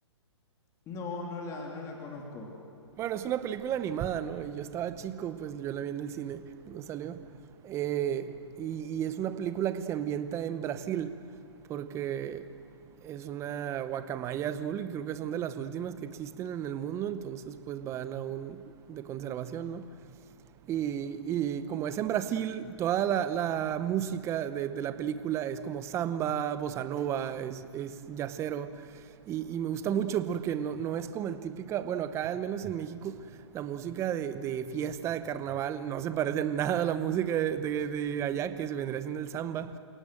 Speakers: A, on the left; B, on the right.
A: no, no la, no la conozco.
B: Bueno, es una película animada, ¿no? Y yo estaba chico, pues yo la vi en el cine cuando salió. Eh, y, y es una película que se ambienta en Brasil, porque es una guacamaya azul y creo que son de las últimas que existen en el mundo, entonces pues van a un de conservación, ¿no? Y, y como es en Brasil, toda la, la música de, de, la película es como samba, bossa nova, es, es yacero. Y, y, me gusta mucho porque no, no, es como el típica, bueno, acá al menos en México, la música de, de fiesta, de carnaval, no se parece nada a la música de, de, de allá, que se vendría siendo el samba.